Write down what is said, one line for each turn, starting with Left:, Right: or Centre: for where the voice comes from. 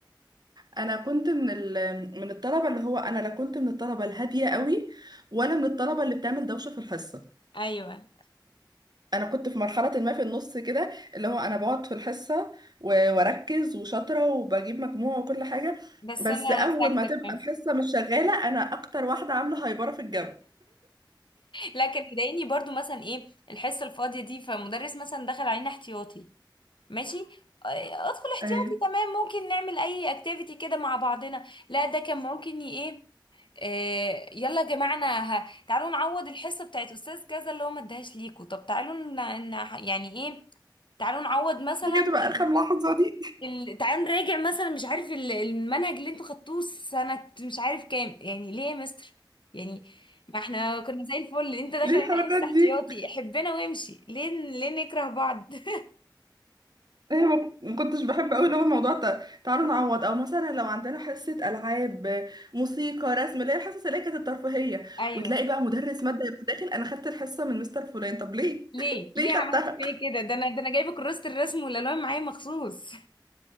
Right: انا كنت من ال... من الطلبه اللي هو انا لا كنت من الطلبه الهاديه قوي ولا من الطلبه اللي بتعمل دوشه في الحصه
Left: ايوه
Right: انا كنت في مرحله ما في النص كده اللي هو انا بقعد في الحصه و... واركز وشاطره وبجيب مجموعه وكل حاجه
Left: بس
Right: بس
Left: انا
Right: اول
Left: ساكتة
Right: ما تبقى
Left: في نفسي
Right: الحصه مش شغاله انا اكتر واحده عامله هايبره في الجو
Left: لكن يضايقني برضو مثلا ايه الحصة الفاضية دي فمدرس مثلا دخل علينا احتياطي ماشي آه، ادخل احتياطي
Right: ايوه
Left: تمام ممكن نعمل اي اكتيفيتي كده مع بعضنا لا ده كان ممكن ي- ايه آه، يلا يا جماعه انا ه- تعالوا نعوض الحصه بتاعت استاذ كذا اللي هو ما اداهاش ليكوا طب تعالوا ن- ن- يعني ايه تعالوا نعوض مثلا
Right: دي كانت بتبقى ارخم
Left: ال...
Right: لحظه دي
Left: ال... تعالوا نراجع مثلا مش عارف ال- المنهج اللي انتوا خدتوه سنة مش عارف كام يعني ليه يا مستر يعني ما احنا كنا زي الفل انت
Right: <laughs>
Left: داخل
Right: ليه
Left: هنا
Right: الحركات
Left: حصة
Right: دي
Left: احتياطي حبنا وامشي ليه ليه نكره بعض <laughs>
Right: ايه ما ما كنتش بحب قوي اللي هو موضوع الت- تعالوا نعوض او مثلا لو عندنا حصه العاب موسيقى رسم اللي هي الحصص اللي هي كانت الترفيهيه
Left: ايوه
Right: وتلاقي بقى مدرس ماده يروح داخل انا خدت الحصه من مستر فلان طب ليه
Left: ليه
Right: <laughs> ليه
Left: ليه عملت
Right: خدتها
Left: فيا كده ده انا ده انا جايبه كراسه الرسم والالوان معايا مخصوص